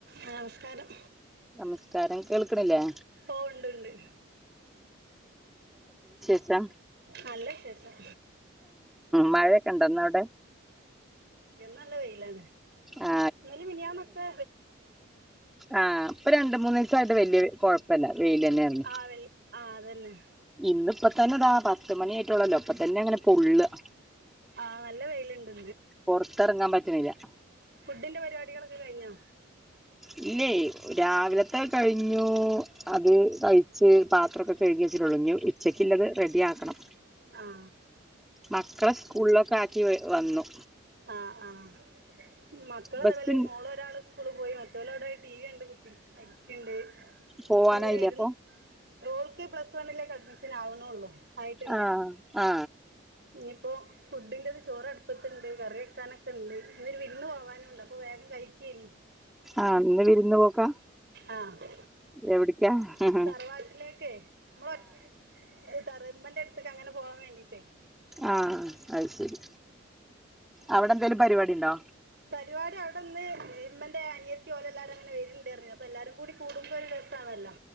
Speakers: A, on the right (about 55°); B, in the centre.
A: നമസ്കാരം
B: നമസ്കാരം കേൾക്കിണില്ലേ.
A: ഓ ഉണ്ട്ണ്ട്.
B: ച്ചാ
A: നല്ല വിശേഷം
B: മഴയൊക്കെ ഇണ്ടന്ന അവിടെ
A: നല്ല വെയിലാണ്
B: ആ
A: ഇന്നലെ മിനിഞ്ഞാന്നൊക്കെ.
B: ആഹ ഇപ്പൊ രണ്ട്മൂന്ന് ദിവസായിട്ട് വല്യ കൊഴപ്പല്ല വെയില് തന്നെയായിന്ന്.
A: ആ വെൽ ആ അതന്നെ
B: ഇന്ന് ഇപ്പ തന്നെ താ പത്ത് മണിയ ആായിട്ട ഉള്ളല്ലോ ഇപ്പ തന്നെ താ പൊള്ള.
A: ആ നല്ല വെയിലുണ്ട് ഇന്ന്
B: പുറത്തിറങ്ങാൻ പറ്റുന്നില്ല.
A: ഫുഡിന്റെ പരിപാടികളൊക്കെ കഴിഞ്ഞോ?
B: ഇല്ലേ രാവിലത്തെ കഴിഞ്ഞു അത് കഴിച്ച്.. പാത്രമൊക്കെ കഴുകി വെച്ചിട്ടോളു ഇനി ഉച്ചക്കുള്ളത് റെഡി ആാക്കണം.
A: ആ
B: മക്കളെ സ്കൂളിലൊക്കെ ആക്കി വ വന്നു.
A: ആഹ ആഹ് മക്കള
B: ബസ്
A: അതേപോല ഒരു ഒരാള് ഒരാള് സ്കൂള് പോയി മറ്റേ. മറ്റോല് അവിടെ ടി വി കണ്ട് കുത്തിരിക്കുണ്ട്
B: പോവാനായില്ലേ
A: ഇന്നൊരു വിരുന്ന്.
B: അപ്പൊ
A: ഓൾക്ക് പ്ലസ് വണ്ണിലേക്ക് അഡ്മിഷൻ ആവണള്ളൂ. ആയിട്ടില്ല
B: ആ ആ
A: ഇനിയിപ്പോ. ഫുഡിന്റെഅത് ചോറ്ടുപ്പത്തുണ്ട് കറിവെക്കാനൊക്കണ്ട് ഇന്നരു വിരുന്ന് പോവാനുംണ്ട് അപ്പോ.. ഭക്ഷണം കഴിക്കയ്നി
B: ആഹ ന്ന് വിരുന്ന് പോക്കാ
A: ആഹ
B: എവിടക്കാ ആഹ്
A: തറവാട്ടിലേക്കെ മ്മൾ ഒറ്റപേരെയ് തറവാടിന്റട്ത് ന്നട്ട് അങ്ങനെ പോവാൻ വേണ്ടിയിട്ട്
B: ആഹ അത് ശരി അവിടെ ന്തെലും പരിപാടിണ്ടോ
A: പരിപാടി അവിടെന്ന് ഇമ്മന്റെ അനിയത്തി ഓലെല്ലാരും അങ്ങനെ വരുണ്ടർഞ്ഞിനി അപ്പൊ എല്ലാരും കൂടി കൂടുമ്പോ ഒരു രസാണല്ലോ.